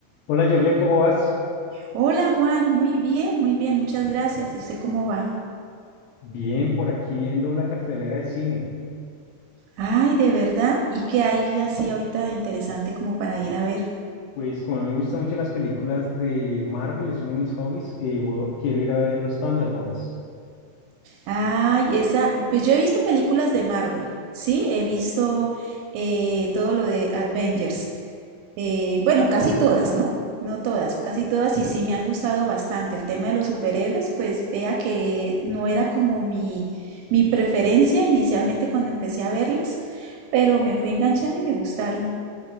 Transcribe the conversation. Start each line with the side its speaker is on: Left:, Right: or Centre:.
Left: Hola Jorlen, ¿cómo vas?
Right: Hola Juan, muy bien, muy bien, muchas gracias. ¿Y usted cómo va?
Left: Bien, por aquí viendo la cartelera de cine.
Right: Ay, ¿de verdad? ¿Y qué hay así ahorita de interesante como para ir a ver?
Left: Pues como a mí me gustan mucho las películas de Marvel, es uno de mis hobbies, eh, vo- quiero ir a ver los Thunderbolts.
Right: Ay, esa, pues yo he visto películas de Marvel, ¿sí? He visto eh, todo lo de Avengers. Eh, bueno, casi todas, ¿no? No todas, casi todas y sí me han gustado bastante. El tema de los superhéroes, pues vea que no era como mi, mi preferencia inicialmente cuando empecé a verlas, pero me fui enganchando y me gustaron.